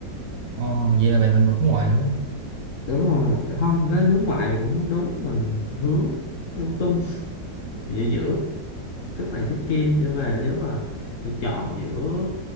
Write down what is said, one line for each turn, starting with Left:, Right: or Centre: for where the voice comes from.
Right: Ồ, vậy là bạn là người nước ngoài đúng
Left: đúng rồi không nó hướng ngoại cũng không đúng mình hướng lung tung giữa giữa chút này chút kia cho về nếu mà được chọn giữa